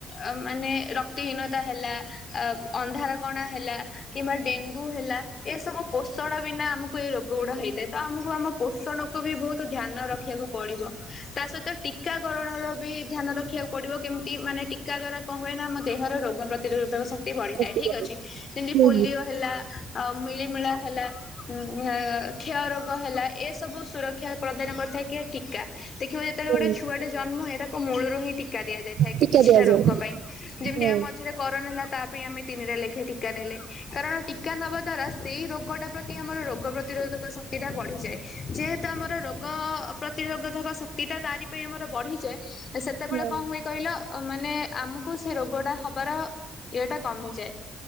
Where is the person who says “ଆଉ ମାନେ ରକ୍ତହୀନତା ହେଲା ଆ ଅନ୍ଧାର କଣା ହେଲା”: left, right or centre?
Left